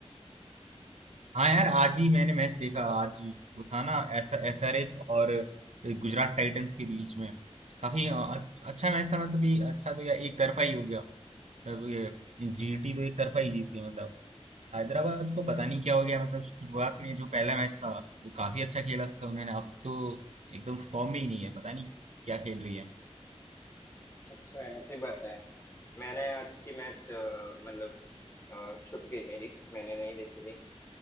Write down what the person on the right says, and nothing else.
हाँ यार आज ही मैंने मैच देखा आज वो था ना एस एस आर एच और गुजरात टाइटंस के बीच में काफी अ, अच्छा मैच था मतलब ये अच्छा तो या एक तरफा ही हो गया मतलब जीटी तो एक तरफा ही जीती मतलब हैदराबाद को पता नहीं क्या हो गया मतलब शुरुआत में जो पहला मैच था वो काफी अच्छा खेला था उन्होंने अब तो एकदम फॉर्म में ही नहीं है पता नहीं क्या खेल रही है